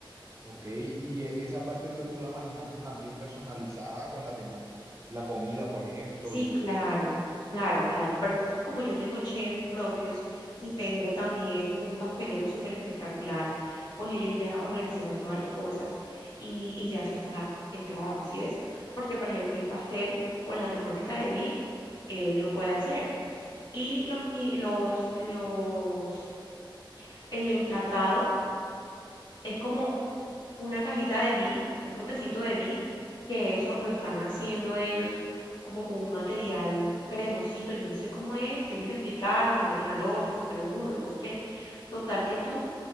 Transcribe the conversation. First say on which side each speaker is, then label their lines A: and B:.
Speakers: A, on the right; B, on the left.
A: ok. Y e- esa parte entonces tú la manejaste también personalizada con la temática. La comida, por ejemplo,
B: Sí,
A: y
B: claro,
A: eso.
B: claro, claro. Pero entonces, como yo tengo chefs propios y tengo también un pastelero súper espectacular, pues ellos ya organizaron todas las cosas y, y ya eso está en trabajo, ¿sí ves? Porque, por ejemplo, el pastel con la temática de Vic, él lo puede hacer. Y los, ni- los, los, el emplatado es como una cajita de Vic, un potecito de Vic, que eso lo están haciendo ellos como con un material cremosito, yo no sé cómo es este, ellos me explicaron que lo meten al horno y se pone duro, y no sé qué. Total que tú